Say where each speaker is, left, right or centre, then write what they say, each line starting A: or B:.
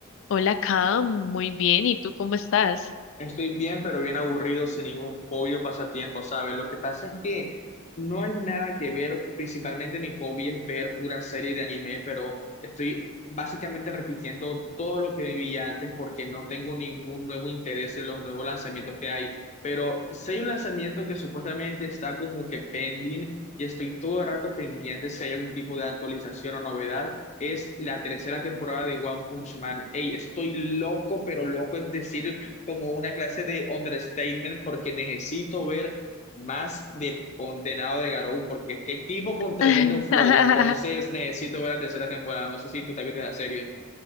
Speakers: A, on the left; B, on the left.
A: Hola, Cam, muy bien. ¿Y tú cómo estás?
B: Estoy bien, pero bien aburrido, sin ningún hobby o pasatiempo, ¿sabes? Lo que pasa es que no hay nada que ver, principalmente mi hobby es ver pura serie de anime, pero estoy básicamente repitiendo todo lo que vivía antes porque no tengo ningún nuevo interés en los nuevos lanzamientos que hay. Pero si hay un lanzamiento que supuestamente está como que pending y estoy todo el rato pendiente si hay algún tipo de actualización o novedad, es la tercera temporada de One Punch Man. Ey, estoy loco, pero loco, es decir, como una clase de understatement porque necesito ver más del condenado de Garou, porque qué tipo con tremendo
A: <laughs>
B: flow, entonces necesito ver la tercera temporada, no sé si tú te viste la serie.